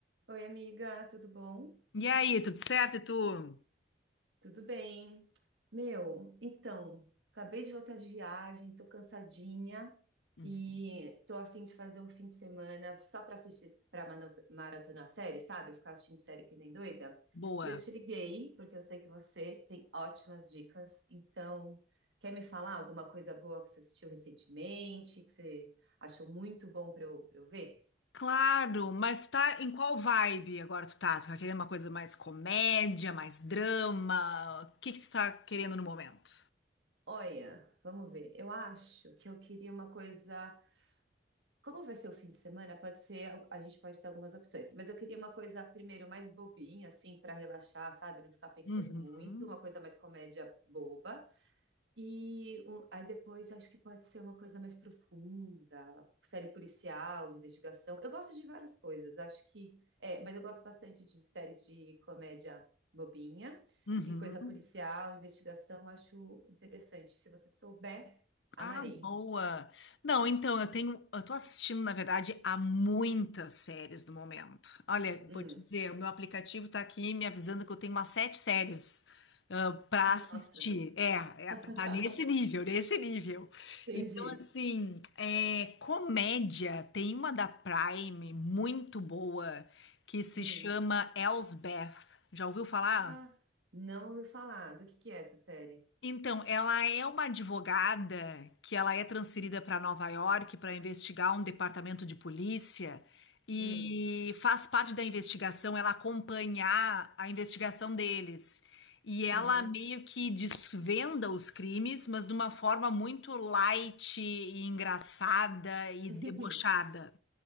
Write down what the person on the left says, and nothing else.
E aí, tudo certo? E tu?
Uhum.
Boa.
Claro, mas tá em qual vibe agora tu tá? Tu tá querendo uma coisa mais comédia, mais drama? O que que tu tá querendo no momento?
Uhum,
uhum.
Ah, boa. Não, então eu tenho, eu tô assistindo, na verdade, a muitas séries do momento. Olha,
vou te dizer, o meu aplicativo tá aqui me avisando que eu tenho umas sete séries ah, pra para assistir.
É, é,
tá nesse nível, nesse nível.
Então, assim, é, comédia, tem uma da Prime muito boa que se
chama Elsbeth. Já ouviu falar?
Então, ela é uma advogada que ela é transferida para Nova York para investigar um departamento de polícia e
faz parte da investigação, ela acompanhar a investigação deles. E ela
meio que desvenda os crimes, mas de uma forma muito light e engraçada e
debochada.